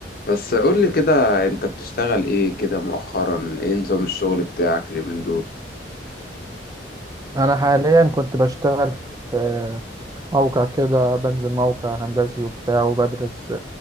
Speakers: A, on the left; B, on the right.
A: بس قول لي كده انت بتشتغل ايه كده مؤخرا ايه نظام الشغل بتاعك اليومين دول
B: انا حاليا كنت بشتغل في موقع كده بنزل موقع هندسي وبتاع وبدرس